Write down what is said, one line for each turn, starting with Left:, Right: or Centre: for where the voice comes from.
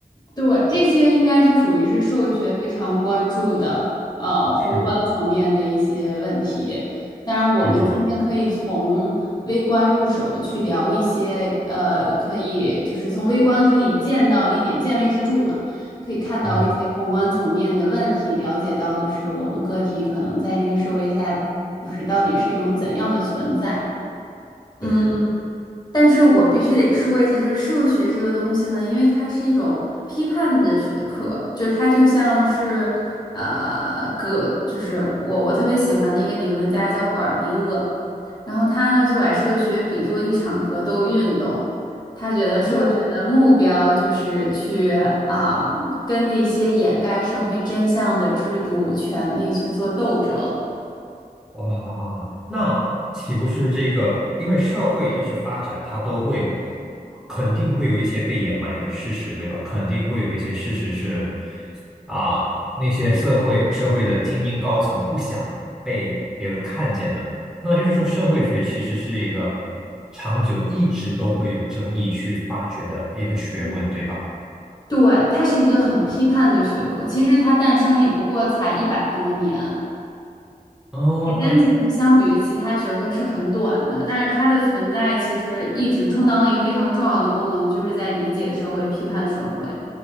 Left: 对，这些应该就属于是社会学非常关注的，呃，宏观层面的一些问题。
Centre: 是
Left: 当然，我们今天可以从微观入手去聊一些，
Centre: 是的，
Left: 呃，可以就是从微观可以见到一点见微知著嘛，可以看到一些宏观层面的问题，
Centre: 嗯，
Left: 了解到就是我们个体可能在这个社会下，就是到底是一种怎样的存在。嗯，
Centre: 对。
Left: 但是我必须得说一下，就是社会学这个东西呢，因为它是一种批判的学科，就它就像是，呃，格，就是我我特别喜欢的一个理论家叫布尔迪厄，然后他呢就把社会学比作一场格斗运动，他觉得社会学的目标就是去啊、
Centre: 哦。
Left: 跟那些掩盖社会真相的制度、权利去做斗争。
Centre: 哇，啊那岂不是这个？因为社会一直发展，它都会肯定会有一些被掩埋的事实，对吧？肯定会有一些事实是啊，那些社会社会的精英高层不想被别人看见的。那就是说，社会学其实是一个长久一直都会有争议去发掘的一个学问，对吧？
Left: 对，它是一个很批判的学科，其实它诞生也不过才一百多年。
Centre: 哦，
Left: 时间其实相比于其他学科是很短的，
Centre: 但
Left: 但是它的存在其实一直充当了一个非常重要的功能，就是在理解社会、批判社会，